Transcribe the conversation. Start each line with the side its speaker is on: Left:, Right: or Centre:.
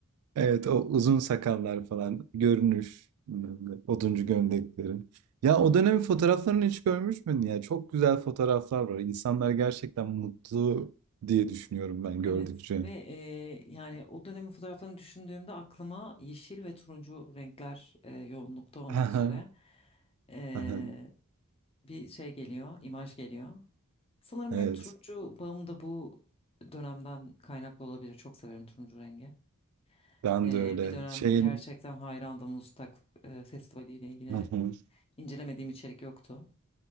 Right: Evet o uzun sakallar falan görünüş bilmem ne, oduncu gömlekleri. Ya
Left: Hı
Right: o
Left: hı.
Right: dönemin fotoğraflarını hiç görmüş müydün ya? Çok güzel fotoğraflar var. İnsanlar gerçekten mutlu diye düşünüyorum ben gördükçe.
Left: Evet ve eee, yani o dönemin fotoğraflarını düşündüğümde aklıma yeşil ve turuncu renkler eee, yoğunlukta olmak
Right: Aha,
Left: üzere eee,
Right: aha.
Left: bir şey geliyor, imaj geliyor. Sanırım
Right: Evet
Left: benim turuncu bağım da bu dönemden kaynaklı olabilir. Çok severim turuncu rengi.
Right: ben
Left: Eee,
Right: de öyle.
Left: bir dönem
Right: Şeyin
Left: gerçekten hayrandım Mustak e, Festivali ile ilgili
Right: Hı hı,
Left: incelemediğim içerik yoktu.